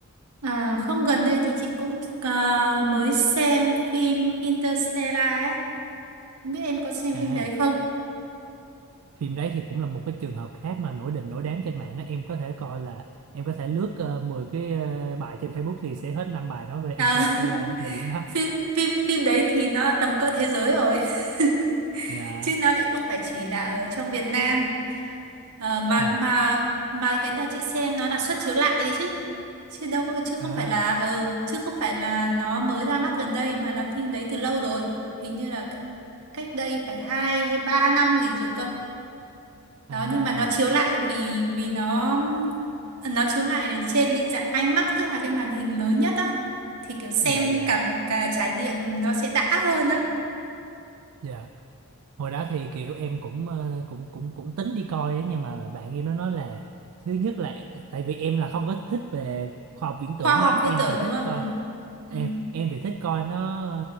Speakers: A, on the right; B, on the right.
A: À, không gần đây thì chị cũng ờ, mới xem phim Interstellar ấy. Không biết em có xem
B: à
A: phim đấy không?
B: phim đấy thì cũng là một cái trường hợp khác mà nổi đình nổi đám trên mạng á em có thể coi là em có thể lướt ờ, 10 cái ờ, bài trên Facebook thì sẽ hết 5 bài nói về Interstellar
A: Ờ, <laughs>
B: ở thời điểm đó
A: phim, phim, phim đấy thì nó tầm cỡ thế giới rồi. <laughs>
B: <laughs> dạ
A: Chứ nó lại không phải chỉ là ở trong Việt Nam. Ờ, mà
B: dạ
A: mà mà cái đợt chị xem nó là suất chiếu lại đi chứ. Chứ đâu chứ không
B: à
A: phải là ừ, chứ không phải là nó mới ra mắt gần đây mà là phim đấy từ lâu rồi. Hình như là cách đây phải hai hay ba năm gì rồi cơ đó
B: à
A: nhưng mà nó chiếu lại vì vì nó nó chiếu lại ở trên định dạng IMAX tức là cái màn hình lớn nhất đó thì kiểu xem
B: dạ dạ
A: cảm cả trải nghiệm nó sẽ đã hơn á
B: dạ hồi đó thì kiểu em cũng ờ, cũng cũng cũng tính đi coi á nhưng mà bạn em nó nói là thứ nhất là tại vì em là không có thích về khoa học viễn
A: khoa
B: tưởng
A: học
B: lắm
A: viễn
B: em
A: tưởng
B: thì thích
A: đúng không
B: coi
A: ừ
B: em
A: ừ
B: em thì thích coi nó